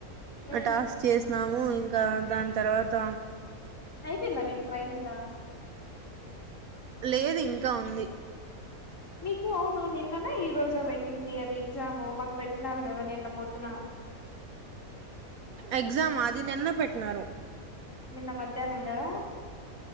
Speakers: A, on the left (about 55°); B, on the right (about 75°).
A: ఉమ్,
B: ఆ టాస్క్ చేసినాము ఇంకా దాని తర్వాత
A: అయిపోయిందా మీకు ట్రైనింగ్
B: లేదు ఇంకా ఉంది
A: మీకు అవును నిన్ననే ఈ రోజా పెట్టింది అది ఎగ్జాము మాకు పెట్టినారు కదా నిన్న పొద్దున
B: ఎగ్జామా అది నిన్న పెట్టినారు
A: నిన్న మధ్యాహ్నం గాదా